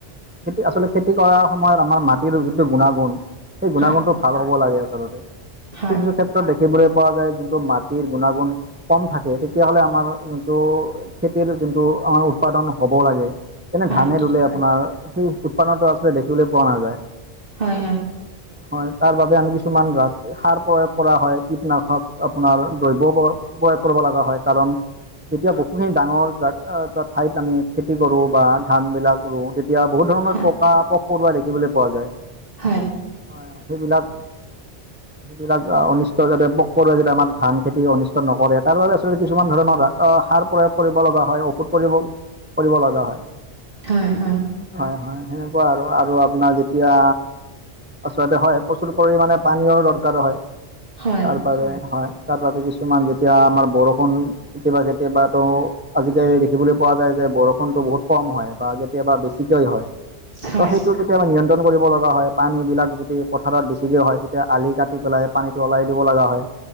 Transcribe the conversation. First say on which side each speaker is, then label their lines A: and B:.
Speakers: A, on the right; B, on the right.
A: খেতি আচলতে খেতি কৰাৰ সময়ত আমাৰ মাটিৰ যিটো গুণাগুণ সেই গুণাগুণতটো
B: হয়
A: ভাল হব লাগে আচলতে কিছু
B: হয়
A: কিছু ক্ষেত্ৰত দেখিবলৈ পোৱা যায় যোনটো মাটিৰ গুণাগুণ কম থাকে তেতিয়াহলে আমাৰ যোনটো খেতিৰ যোনটো উৎপাদন হ'ব লাগে এনে
B: হয়
A: ধানে ৰুলে আপোনাৰ সেই উৎপাদনতো আচলতে দেখিবলৈ পোৱা নাযায়।
B: হয় হয়
A: হয় তাৰ বাবে আমি কিছুমান ৰাখ সাৰ প্ৰয়োগ কৰা হয় কীটনাশক আপোনাৰ দ্ৰব্য প্ৰয়োগ কৰিব লগা হয় কাৰণ যেতিয়া বহুখিনি ডাঙৰ জা এ ঠাইত আমি খেতি কৰো বা ধান বিলাক ৰোও তি তেতিয়া বহুত ধৰণৰ
B: হয়
A: পকা পোক পৰুৱা দেখিবলৈ পোৱা যায়।
B: হয়
A: হয় হয় সেইবিলাক বিলাক অনিষ্ট যাতে পোক পৰুৱাই যাতে আমাৰ ধান খেতি অনিষ্ট নকৰে তাৰ বাবে আচলতে কিছুমান ধৰণৰ সাৰ প্ৰয়োগ কৰিব লগা হয় ঔষধ পৰি কৰিব লগা হয়
B: হয় হয়
A: হয় হয় সেনেকুৱা আৰু আৰু আপোনাৰ যেতিয়া আচলতে হয় প্ৰচুৰ পৰিমাণে পানীয়ো দৰকাৰো হয়
B: হয়
A: তাৰ হয় তাৰ বাবে কিছুমান যেতিয়া আমাৰ বৰষুণ কেতিয়াবা কেতিয়াবা ত আজিকালি দেখিবলৈ পোৱা যায় যে বৰষুণতটো বহুত কম হয় বা কেতিয়াবা বেছিকৈ হয়
B: হয়
A: ত সেইটো
B: হয়
A: কেতিয়াবা নিয়ন্ত্ৰণ কৰিব লগা হয় পানীবিলাক যদি পথাৰত বেছিকৈ হয় তেতিয়া আলি কাটি পেলাই পানীটো ওলাই দিব লগা হয়